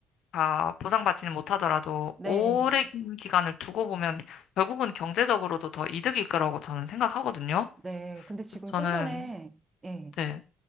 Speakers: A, on the left; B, on the right.
A: 다 보상받지는 못하더라도
B: 네.
A: 오랜 기간을 두고 보면 결국은 경제적으로도 더 이득일 거라고 저는 생각하거든요.
B: 네. 근데 지금
A: 그래서 저는,
B: 좀 전에, 예.
A: 네,